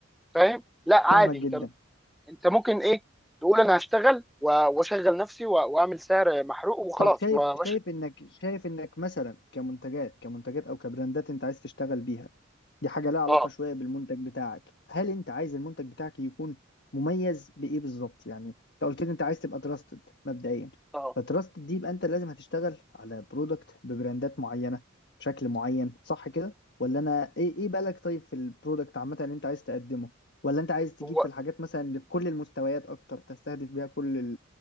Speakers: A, in the centre; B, on the left.
A: فاهم لا عادي
B: فاهمك جدا
A: انت انت ممكن ايه تقول انا هشتغل و- واشغل نفسي و- واعمل سعر محروق وخلاص
B: طب شايف
A: وماشي
B: شايف انك شايف انك مثلا كمنتجات كمنتجات او كبراندات انت عايز تشتغل بيها دي حاجه لها علاقه
A: اه
B: شويه بالمنتج بتاعك هل انت عايز المنتج بتاعك يكون مميز بايه بالظبط يعني انت قلت لي انت عايز تبقى تراستد مبدئيا
A: اه
B: فتراستد دي يبقى انت لازم هتشتغل على برودكت ببراندات معينه بشكل معين صح كده ولا انا ايه ايه بالك طيب في البرودكت عامه اللي انت عايز تقدمه ولا انت عايز تجيب
A: هو
B: في الحاجات مثلا اللي في كل المستويات اكتر تستهدف بيها كل